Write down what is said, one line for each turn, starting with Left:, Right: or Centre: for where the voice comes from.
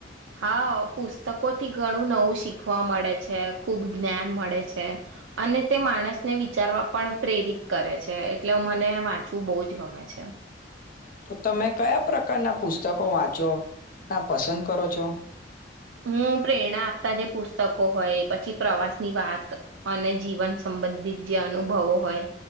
Right: હા પુસ્તકોથી ઘણું નવું શીખવા મળે છે ખૂબ જ્ઞાન મળે છે અને તે માણસને વિચારવા પણ પ્રેરિત કરે છે એટલે મને વાંચવું બહુ જ ગમે છે.
Left: તો તમે કયા પ્રકારના પુસ્તકો વાંચો ના પસંદ કરો છો.
Right: હું પ્રેરણા આપતા જે પુસ્તકો હોય પછી પ્રવાસની વાત અને જીવન સંબંધિત જે અનુભવો હોય